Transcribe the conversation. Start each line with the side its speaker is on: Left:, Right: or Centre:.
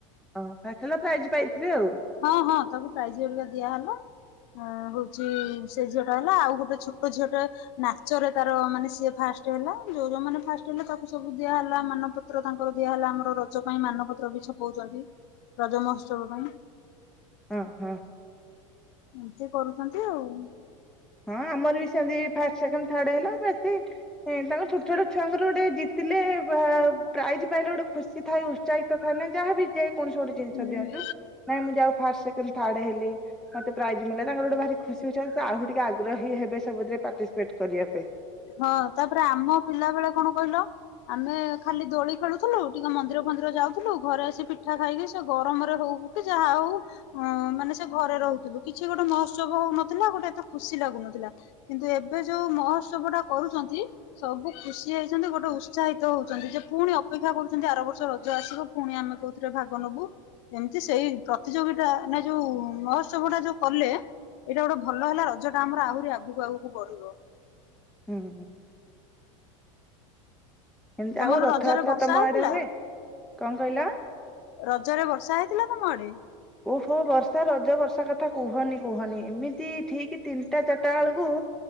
Centre: ଓ ଫାଷ୍ଟ୍ ହେଲା ପ୍ରାଇଜ୍ ପାଇଥିବେ ଆଉ।
Left: ହଁ ହଁ ତାକୁ ପ୍ରାଇଜ ଘରିକା ଦିଆହେଲା। ହଁ ହଉଛି ସେ ଝିଅ ଟା ହେଲା ଆଉ ଗୋଟେ ଛୋଟ ଝିଅ ଟା ନାଚରେ ତାର ମାନେ ସିଏ ଫାଷ୍ଟ ହେଲା ଯୋଉ ଯୋଉ ମାନେ ଫାଷ୍ଟ ହେଲେ ତାକୁ ସବୁ ଦିଆ ହେଲା ମାନପ ତ୍ର ତାଙ୍କର ଦିଆହଲା। ଆମର ରଜ ପାଇଁ ମାନପତ୍ର ବି ଛପଉଛନ୍ତି ରଜ ମହୋତ୍ସବ ପାଇଁ।
Centre: ହଁ ହଁ।
Left: ଏମିତି କରୁଛନ୍ତି ଆଉ।
Centre: ହଁ ଆମର ବି ସେମିତି ଫାଷ୍ଟ ସେକଣ୍ଡ ଥାର୍ଡ ହେଲା ବେଶୀ ହଁ ତାଙ୍କ ଛୋଟ ଛୋଟ ଛୁଆଙ୍କର ଗୋଟେ ଜିତିଲେ ପ୍ରା ପ୍ରାଇଜି ପାଇଲେ ଗୋଟେ ଖୁସି ଥାଏ ଉ ଚାଇତ ଫେଏନେ ଯାହା ବି ଯେକୌଣସି ଗୋଟେ ଜିନିଷ
Left: ହୁଁ।
Centre: ଦିଅନ୍ତୁ। ନାଇଁ ମୁଁ ଯାହୋଉ ଫାର୍ଷ୍ଟ ସେକେଣ୍ଡ ଥାର୍ଡ ହେଲି ମତେ ପ୍ରାଇଜି ମିଲଲା ତାଙ୍କର ଗୋଟେ ଭାରି ଖୁସି ଉତ୍ସାହିତ ଆହୁଟିକେ ଆଗ୍ ଆଗ୍ରହୀ ହେବେ ସବୁଥିରେ ପାର୍ଟିସପେଟ କରିବା ପାଇଁ।
Left: ହଁ ତାପରେ ଆମ ପିଲା ବେଳେ କଣ କହିଲ ଆମେ ଖାଲି ଦୋଳି ଖେଳୁଥିଲୁ ଟିକେ ମନ୍ଦିର ଫନ୍ଦିର ଯାଉଥିଲୁ ଘରେ ଆସି ପିଠା ଖାଇକି ସେ ଗରମରେ ହଉ କି ଯାହା ହଉ ଅ ମାନେ ସେ ଘରେ ରହୁଥିଲୁ କିଛି ଗୋଟେ ମହୋତ୍ସବ ହଉନଥିଲା ଗୋଟେ ଏତେ ଖୁସି ଲାଗୁନଥିଲା କିନ୍ତୁ ଏବେ ଯୋଉ ମହୋତ୍ସବ ଟା କରୁଚନ୍ତି ସବୁ ଖୁସି ହେଇଛନ୍ତି ଗୋଟେ ଉତ୍ସାହିତ ହଉଚନ୍ତି ଯେ ପୁଣି ଅପେକ୍ଷା କରୁଛନ୍ତି ଆର ବର୍ଷ ରଜ ଆସିବ ପୁଣି ଆମେ କୋଉଥିରେ ଭାଗ ନୋବୁ? ଏମିତି ସେଇ ପ୍ରତିଯୋଗିତା ନା ଯୋଉ ମହୋତ୍ସବ ଟା ଯୋଉ କଲେ ଏଇଟା ଗୋଟେ ଭଲ ହେଲା ରଜଟା ଆମର ଆହୁରି ଆଗକୁ ଆଗକୁ ବଢିବ।
Centre: ହୁଁ ହୁଁ। ଏମିତି
Left: ତମର
Centre: ଆଉ ରଥଯାତ୍ରା
Left: ରଜରେ ବର୍ଷା
Centre: ତମ
Left: ହେଇଥିଲା
Centre: ଆଡେ ହୁଏ କଣ କହିଲ?
Left: ରଜରେ ବର୍ଷା ହେଇଥିଲା ତମ ଆଡେ?
Centre: ଓହୋ ବର୍ଷା ରଜ ବର୍ଷା କଥା କୁହନି କୁହନି ଏମିତି ଠିକ୍ ତିନିଟା ଚାରିଟା ବେଳକୁ